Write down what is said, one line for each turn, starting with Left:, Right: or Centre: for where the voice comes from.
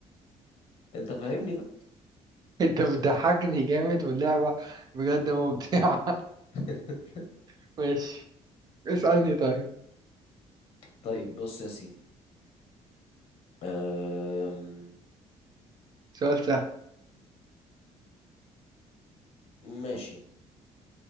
Left: انت فاهمني بقى
Right: انت بتضحكني جامد واللعبة بجد ممتعة
Left: <laughs>
Right: <laughs> ماشي اسألني طيب
Left: طيب بص يا سيدي أم...
Right: سؤال سهل
Left: ماشي